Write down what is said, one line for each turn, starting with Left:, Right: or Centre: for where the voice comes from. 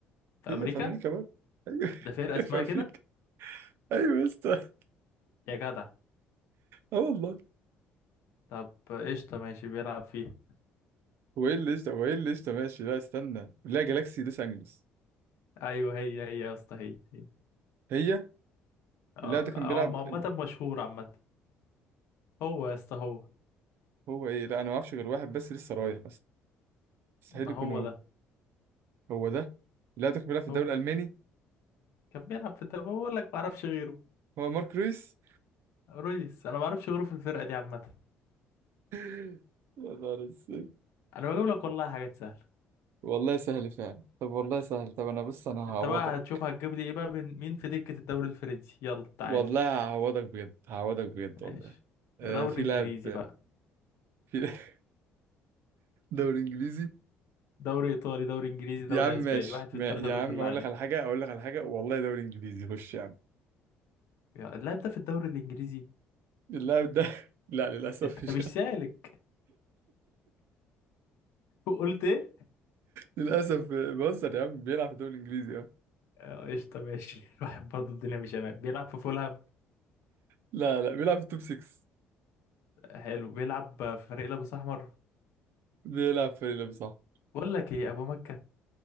Left: في
Right: هي
Left: امريكا
Right: في أمريكا بقى أيوه
Left: ده
Right: <laughs>
Left: فرقه اسمها
Right: هي في أمريكا
Left: كده
Right: أيوه يا اسطى
Left: يا جدع
Right: اه والله
Left: طب قشطه ماشي بيلعب فيها
Right: هو ايه اللي قشطة هو ايه اللي قشطة ماشي لا استنى لا جالاكسي لوس أنجلوس
Left: ايوه هي هي يا اسطى هي هي
Right: هي
Left: اه
Right: اللاعب ده كان بيلعب
Left: هو عم- عامه
Right: ال-
Left: مشهور عامه هو يا اسطى هو
Right: هو ايه لا أنا ما أعرفش غير واحد بس لسه رايح بس مستحيل
Left: ما
Right: يكون
Left: هو
Right: هو
Left: ده
Right: هو ده لا تكمل بيلعب في الدوري
Left: هو
Right: الألماني
Left: كان بيلعب في الدوري بقول لك ما اعرفش غيره
Right: هو مارك رويس
Left: ريس انا ما اعرفش غيره في الفرقه دي عامه
Right: <laughs> يا نهار اسود
Left: انا بجيب لك والله حاجات سهله
Right: والله سهل فعلا طب والله سهل طب انا بص انا هعوضك
Left: انت بقى هتشوف هتجيب لي ايه بقى من مين في دكه الدوري الفرنسي يلا تعالى
Right: والله هعوضك بجد هعوضك بجد
Left: ماشي
Right: والله آه
Left: دوري
Right: في
Left: انجليزي
Right: لاعب
Left: بقى
Right: في <laughs> لاعب دوري انجليزي
Left: دوري ايطالي دوري انجليزي دوري
Right: يا عم ماشي
Left: اسباني واحد في
Right: ما
Left: الثلاثه
Right: يا
Left: دول بالله
Right: عم اقول
Left: عليك
Right: لك على حاجه اقول لك على حاجه والله دوري انجليزي خش يا عم
Left: يا- اللاعب ده في الدوري الانجليزي
Right: اللاعب ده <laughs> لا للاسف
Left: انت
Right: مش
Left: مش
Right: <laughs>
Left: سالك قلت ايه
Right: للاسف آه، بهزر يا عم بيلعب في الدوري الانجليزي اه
Left: اه، قشطه ماشي <laughs> الواحد برضه الدنيا مش امان بيلعب في فولهام
Right: لا لا بيلعب في التوب 6
Left: حلو بيلعب في فريق لابس احمر
Right: بيلعب في فريق صح
Left: بقول لك ايه ابو مكه